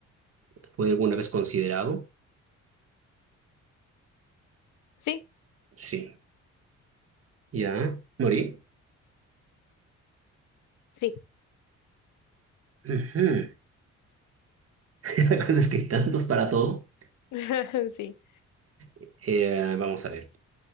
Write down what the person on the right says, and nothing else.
¿Fue alguna vez considerado?
Sí. Ya. ¿Morí?
Ujú. <laughs> La cosa es que hay tantos para todo.
Eh, vamos a ver.